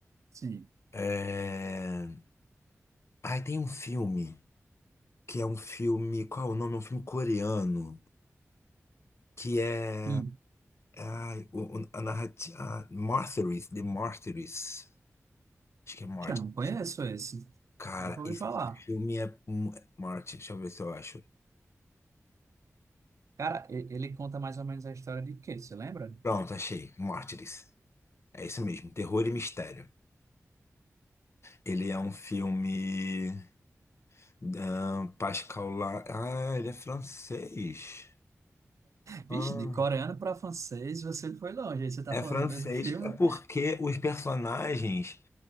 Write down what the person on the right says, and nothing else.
Sim.
Hum.
Eu não conheço esse.
Nunca ouvi
falar.
Cara, e- ele conta mais ou menos a história de quê? Você lembra?
Vixe,
de coreano para francês, você foi longe. Aí Você tá
falando
do mesmo filme?